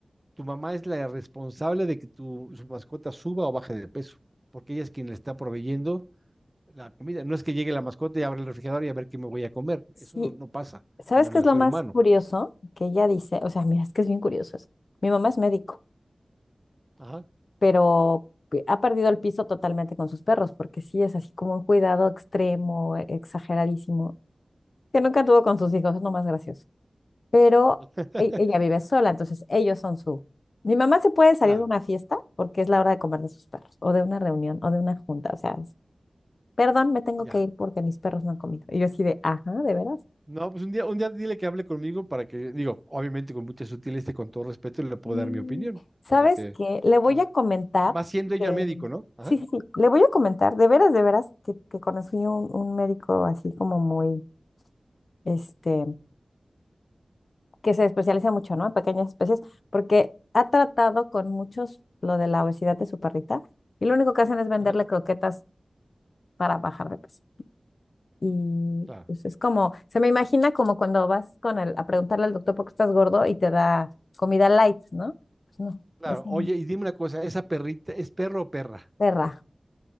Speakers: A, on the right; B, on the left.
A: tu mamá es la responsable de que tu, su mascota suba o baje de peso, porque ella es quien le está proveyendo la comida. No es que llegue la mascota y abra el refrigerador y a ver qué me voy a comer.
B: sí.
A: Eso no, no pasa,
B: ¿Sabes
A: como
B: qué
A: en
B: es
A: el
B: lo
A: ser
B: más
A: humano.
B: curioso? Que ella dice, o sea, mira, es que es bien curioso eso. Mi mamá es médico,
A: Ajá.
B: pero pe- ha perdido el piso totalmente con sus perros, porque sí es así como un cuidado extremo, e- exageradísimo, que nunca tuvo con sus hijos, es lo más gracioso. Pero
A: <laughs>
B: e- ella vive sola, entonces ellos son su... Mi mamá se puede salir
A: Claro,
B: de una fiesta porque es la hora de comer de sus perros, o de una reunión, o de una junta, o sea, perdón, me tengo
A: ya.
B: que ir porque mis perros no han comido. Y yo así de, ajá, ¿de veras?
A: No, pues un día, un día dile que hable conmigo para que, digo, obviamente con mucha sutileza y con todo respeto le puedo
B: Y,
A: dar mi opinión,
B: ¿sabes
A: para que,
B: qué? Le voy
A: a la-
B: a comentar
A: y más siendo ella
B: que,
A: médico, ¿no? Ajá,
B: sí, sí, sí, le voy a comentar, de veras, de veras, que, que conocí un, un médico así como muy, este, que se especializa mucho, ¿no? En pequeñas especies, porque ha tratado con muchos lo de la obesidad de su perrita y lo único que hacen es venderle
A: ajá,
B: croquetas para bajar de peso. Y
A: claro,
B: pues, es como, se me imagina como cuando vas con el, a preguntarle al doctor por qué estás gordo y te da comida light, ¿no? Pues no,
A: claro.
B: es una
A: Oye, y dime una cosa, ¿esa perrita es perro o perra?
B: perra.